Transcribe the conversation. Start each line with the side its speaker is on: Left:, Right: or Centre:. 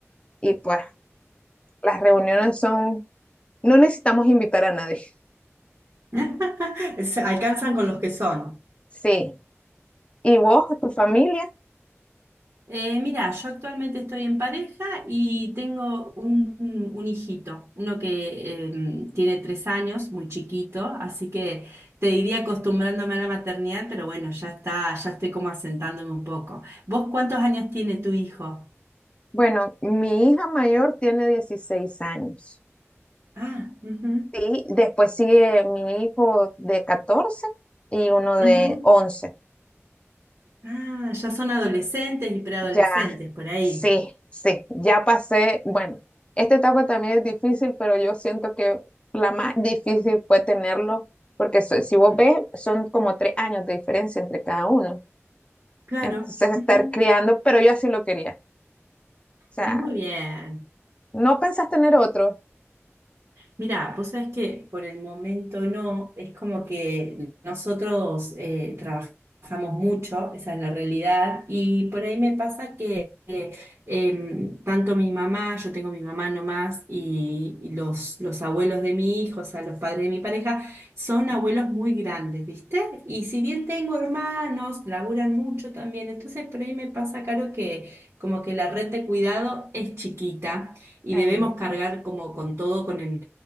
Left: y pues las reuniones son, no necesitamos invitar a nadie. <laughs>
Right: <laughs> Se alcanzan con los que son.
Left: Sí, ¿y vos, tu familia?
Right: Eh, mira, yo actualmente estoy en pareja y tengo un, un hijito, uno que em, tiene tres años, muy chiquito, así que te diría acostumbrándome a la maternidad, pero bueno, ya está, ya estoy como asentándome un poco. ¿Vos cuántos años tiene tu hijo?
Left: Bueno, mi hija mayor tiene 16 años.
Right: Ah, ujú,
Left: Sí, después sigue mi hijo de 14 y uno de
Right: ujú.
Left: 11.
Right: Ah, ya son adolescentes y preadolescentes
Left: Ya,
Right: por ahí.
Left: sí, sí, ya pasé. Bueno, esta etapa también es difícil, pero yo siento que la más difícil fue tenerlo, porque so- si vos
Right: Ujú,
Left: ves, son como tres años de diferencia entre cada uno.
Right: Claro.
Left: Entonces, estar
Right: ujú.
Left: criando, pero yo así lo quería. O sea,
Right: Muy bien.
Left: ¿no pensás tener otro?
Right: Mira, vos sabés que por el momento no, es como que nosotros eh, trabajamos mucho, esa es la realidad, y por ahí me pasa que eh, em, tanto mi mamá, yo tengo mi mamá nomás, y, y los, los abuelos de mi hijo, o sea, los padres de mi pareja, son abuelos muy grandes, ¿viste? Y si bien tengo hermanos, laburan mucho también, entonces por ahí me pasa, Caro, que como que la red de cuidado es chiquita y
Left: Ajá.
Right: debemos cargar como con todo con el